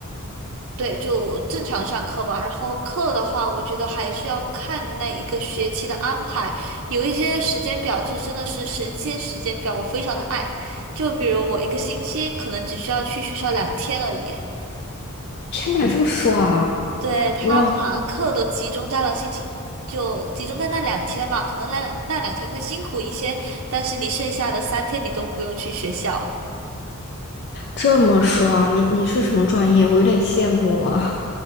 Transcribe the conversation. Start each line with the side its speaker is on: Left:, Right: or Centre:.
Right: 对，就正常上课吧。然后课的话，我觉得还是要看那一个学期的安排，有一些时间表，这真的是神仙时间表，我非常的爱。就比如我一个星期可能只需要去学校两天而已。
Left: 天哪，这么爽！
Right: 对，他把课都集中在了星期，
Left: 哇，
Right: 就集中在那两天吧。可能那那两天会辛苦一些，但是你剩下的三天你都不用去学校。
Left: 这么爽！你你是什么专业？我有点羡慕啊。